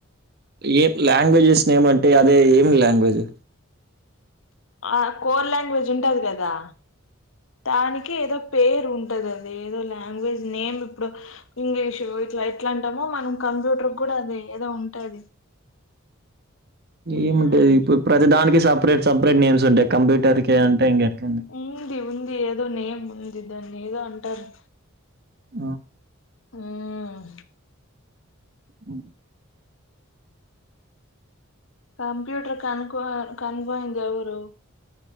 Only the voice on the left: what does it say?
ఆ కోర్ లాంగ్వేజ్ ఉంటది గదా దానికి ఏదో పేరు ఉంటది అది ఏదో లాంగ్వేజ్ నేమ్ ఇప్పుడు. ఇంగ్లీషు ఇట్లా ఎట్లా అంటామో మనం కంప్యూటర్ కూడా అది ఏదో ఉంటది. మ్
ఉంది ఉంది ఏదో నేమ్ ఉంది దాన్ని ఏదో అంటారు.
ఊహ్
కంప్యూటర్ కనుకో కనుకొనిందెవరు